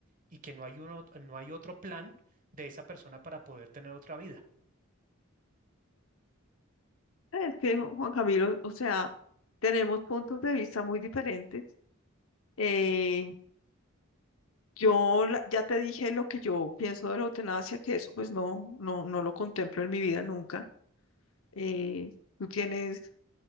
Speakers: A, on the right; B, on the left.
A: y que no hay uno, no hay otro plan de esa persona para poder tener otra vida.
B: es que, Juan Camilo, o sea, tenemos puntos de vista muy diferentes. Eh, yo la- ya te dije lo que yo pienso de la eutanasia, que eso pues no, no, no lo contemplo en mi vida nunca. Eh, tú tienes